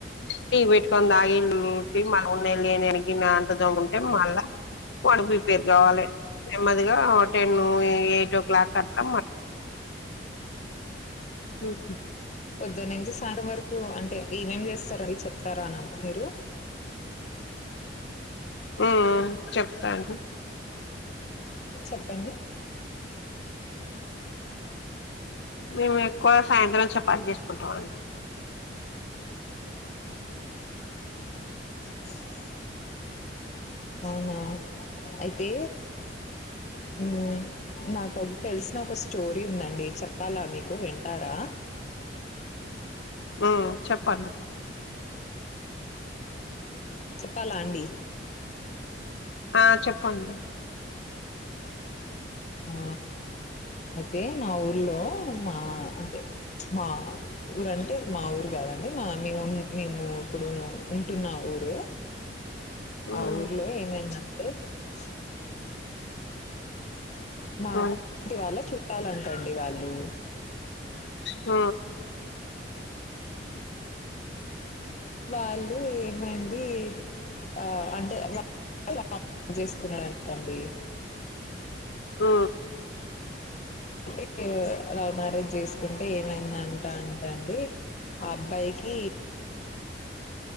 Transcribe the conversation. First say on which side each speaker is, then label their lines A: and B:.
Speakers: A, on the left; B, on the left.
A: టీ పెట్టుకొని తాగి డ్చి మళ్ళ నేను ఏం చేయ్యను ఈ గిన్నె అంతా తోముకుంటే మళ్ళా వాడు పి పెద్ద అవ్వలే నెమ్మదిగా టెన్ పోయి ఎయిట్ ఓ క్లాక్ వత్తామ్ <inaudible> ఉహూ
B: పొద్దన నుంచి సాయంత్రం వరకు అంటే ఏం ఏం చేస్తారో అడిగి చెప్తారా నాకు మీరు
A: ఉమ్ ఉమ్ చెప్తాను
B: చెప్పండి
A: మేము ఎక్కువ సాయంత్రం చపాతి చేసుకుంటాం అండీ
B: <unintelligible> అవునా అయితే ఊ నాకు ఒ తెలిసిన ఒక స్టోరీ ఉందండి చెప్పాలా మీకు వింటారా
A: ఆ చెప్పండి
B: చెప్పాలా అండి
A: ఆ చెప్ పండి
B: ఆ అయితే మా ఊర్లో మా అంటే మా ఊరంటే మా ఊరు కాదండి మా మేము మేము ఇప్పుడు ఉంటున్న ఊరు
A: ఉమ్
B: ఆ ఊర్లో ఏమైందంటే స్ మా ఆంటీ
A: ఉమ్
B: వాళ్ళ చుట్టాలంట్ట అండీ వాళ్ళు
A: ఆ
B: వాళ్ళు ఏమైంది ఆ అంటే వా <unintelligible> చేసున్నారంట అండీ
A: ఆ
B: అంటే లవ్ మ్యారేజ్ చేసుకుంటే ఏమైందంట అంట అండి ఆ అబ్బాయికి